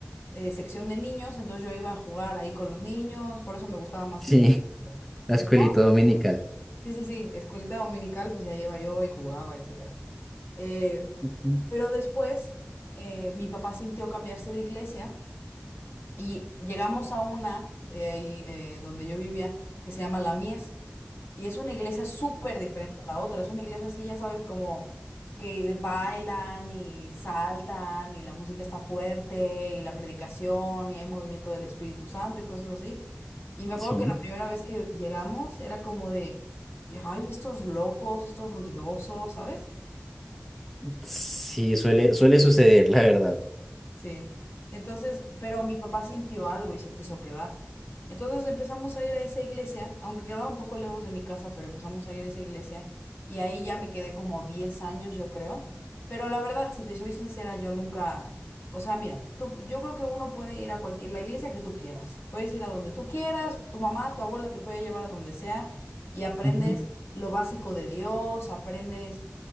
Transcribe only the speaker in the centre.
Sí,
la
escuelita
dominical.
Ujú,
Sí,
sí, suele, suele suceder, la verdad.
Ujú,